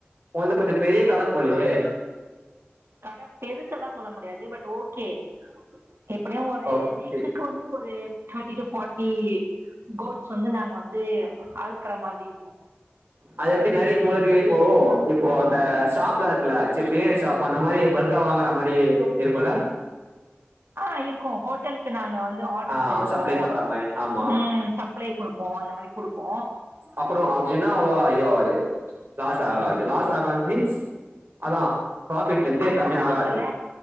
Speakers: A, on the right; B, on the right.
A: உங்கள்து கொஞ்ச பெரிய கட போலையே
B: கட பெருசுலா சொல்ல முடியாது பட் ஓகே எப்டியு ஒரு
A: ஓகே
B: வீக் குக்கு வந்து ஒரு தேட்டி டு ஃபாட்டி கோட்ஸ் வந்து நாங்க வந்து அறுக்குற மாரி இருக்கு
A: அது எப்டி நெறைய உங்களுக்கு இப்போ இப்போ அந்த ஷாப்லா இருக்குல சி பிரியாணி ஷாப் ப் அந்த மாரி பல்கா வாங்குற மாரி இருக்குல்ல
B: ஆ இருக்கு ஹோட்டல் து நாங்க வந்து ஆர்டர்ஸ்
A: ஆ
B: எடுப்போ
A: சப்ளை பண்ற மாரி ஆமா
B: ம் சப்ளை குடுப்போ அந்த மாரி குடுப்போ
A: அப்பறோ அப்டினா அவ்ளவா இதாவாது லாஸ் ஆகாது லாஸ் ஆகாது மீன்ஸ் அதா ப்ராஃபிட்லந்து
B: அதா
A: கம்மியாகாது
B: சொல்றேன்ல